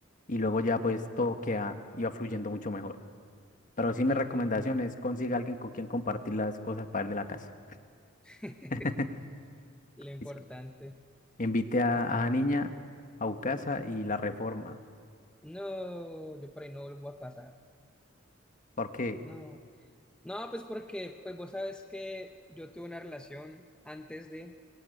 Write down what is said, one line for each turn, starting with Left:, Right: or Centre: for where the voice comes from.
Left: Y luego ya pues todo queda, iba fluyendo mucho mejor. Pero sí
Centre: Claro,
Left: mi recomendación
Centre: comentó lo,
Left: es consiga alguien con quien compartir las cosas para el la casa.
Centre: <laughs>
Left: <laughs>
Centre: lo importante.
Left: Es que Invite a, a la niña a su casa y la reforma.
Centre: No, yo por ahí no vuelvo a pasar.
Left: Porque,
Centre: No, no, pues porque, pues vos sabes que yo tuve una relación antes de,